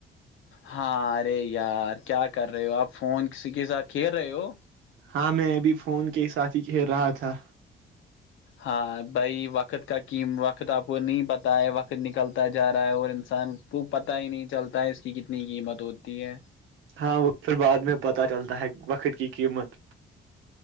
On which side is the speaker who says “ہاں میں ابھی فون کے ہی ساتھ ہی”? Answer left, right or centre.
Right